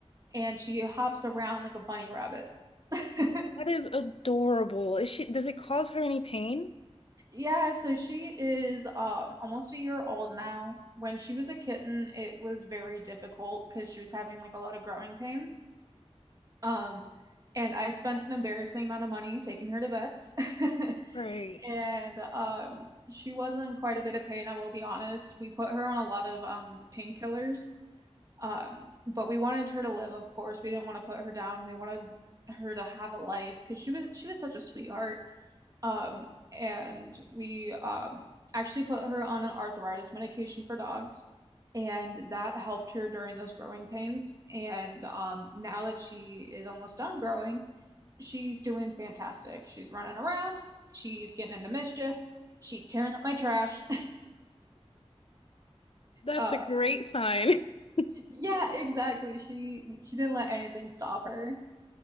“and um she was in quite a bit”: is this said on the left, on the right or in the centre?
Right